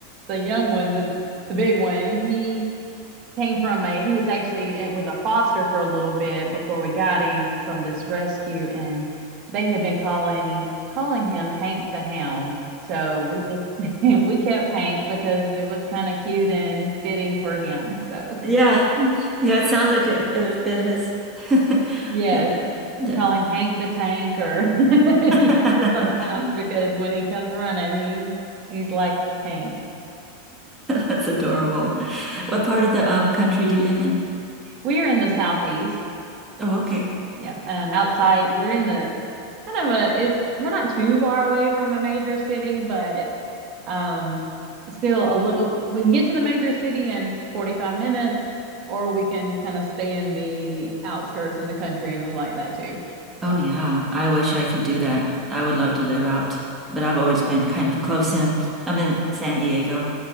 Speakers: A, on the right (about 45°); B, on the right (about 15°).
A: the young one, the the big one, he came from a he was actually with a foster for a little bit before we got him from this rescue and they had been calling calling him Hank the Hound. So we just <laughs> we kept Hank because it was kind of cute and fitting for him. So
B: Yeah. Yeah, it sounds like it it would fit his <laughs>
A: yes,
B: the- the-
A: we call him Hank the Tank or <laughs>
B: <laughs>
A: sometimes because when he comes running he he's like a tank.
B: That's adorable.
A: <laughs>
B: What part of the um country do you live in?
A: We are in the southeast,
B: Oh, okay.
A: Yeah. Um, outside, we're in the kind of a it's we're not too far away from a major city, but um still a little we can get to the major city in 45 minutes, or we can kind of stay in the outskirts in the country, and we like that too.
B: Oh, yeah. I wish I could do that. I would love to live out, but I've always been kind of close in. I'm in San Diego.